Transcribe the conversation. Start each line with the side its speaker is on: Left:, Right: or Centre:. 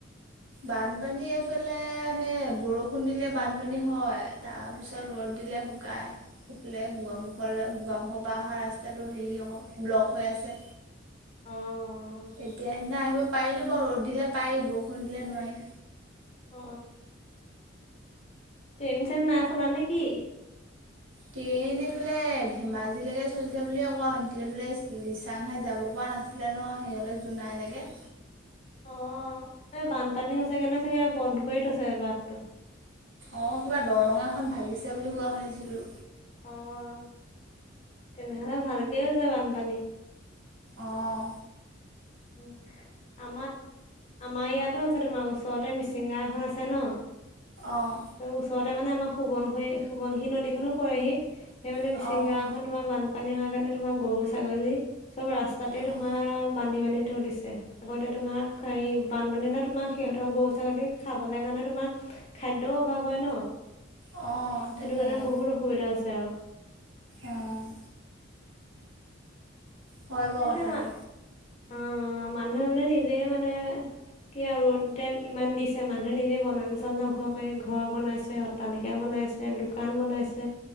Right: বানপানীয়ে এইফালে
Left: <unintelligible>
Right: সেই বৰষুণ দিলে বানপানী হয়। তাৰ পিছত ৰ'দ দিলে শুকাই এইফালে গোগামুখলৈ গোগামুখৰ পৰা অহা ৰাস্তাটো হেৰি আকৌ ব্লক হৈ আছে।
Left: অ অ।
Right: এতিয়া সেইদিনা আহিব পাৰিলো বাৰু ৰ'দ দিলে পাৰি বৰষুণ দিলে নোৱাৰি।
Left: অ টেনছেন নাই চলা নেকি?
Right: ট্ৰেইন এইফালে ধেমাজিলৈকে চলিছে বুলিয়ে কোৱা শুনিছিলোঁ ৰিচাংঘাট যাব পৰা নাছিলে ন হেৰিঅলৈ জোনাই লৈকে
Left: অ এই বানপানী হৈছে গে নে সেইকাৰণে চাগে বন্ধ কৰি থৈছে বাটটো।
Right: অ কিবা দৰঙাখন ভাগিছে বুলি কোৱা শুনিছিলো।
Left: আহ তেনেহলে ভালকে হৈছে বানপানী।
Right: অঁ।
Left: উ আমাৰ আমাৰ ইয়াতো আছে তোমাৰ ওচৰতে মিচিংগাও এখন আছে ন।
Right: অঁ
Left: ওচৰতে <unintelligible> তাৰ মানে আমাৰ সোৱন সোৱণশিৰী নদী খনো পৰেহি সেই মানে
Right: অ'।
Left: মিচিং গাওঁ খনৰ তোমাৰ বানপানী হোৱাৰ কাৰণে তোমাৰ গৰু, ছাগলী, চব ৰাস্তাতে
Right: উম।
Left: তোমাৰ বান্ধি বান্ধি ধৰি দিছে আকৌ এতিয়া তোমাক বানপানীনা তোমাৰ সিহঁতৰ গৰু ছাগলী খাবলৈ কাৰণে তোমাৰ খাদ্য অভাৱ হয় ন
Right: অ',
Left: সেইটো
Right: তাকেহে।
Left: কাৰণে বহুত অসুবিধা আছে আৰু
Right: অ',
Left: <unintelligible>
Right: হয়। বাৰু
Left: সেইটোৱে
Right: কথাটো।
Left: মা অ মানুহে মানে নিজে মানে কি আৰু ৰ'দ ইমান দিছে মানুহে নিজে বনাঞ্চল ধ্বংস কৰি ঘৰ বনাইছে অট্টালিকা বনাই বনাইছে, দোকান বনাইছে,